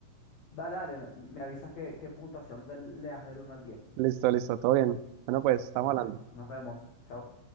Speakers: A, on the left; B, on the right.
A: Dale, dale, me me avisas qué, qué puntuación del- le das del uno al diez
B: Listo, listo, todo bien. Bueno, pues estamos
A: Vale,
B: hablando.
A: nos vemos, chao.